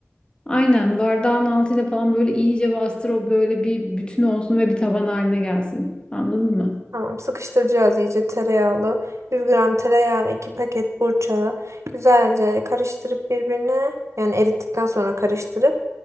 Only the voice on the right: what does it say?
Tamam sıkıştıracağız iyice tereyağlı. 100 gram tereyağı ve 2 paket burçağı güzelce karıştırıp birbirine yani erittikten sonra karıştırıp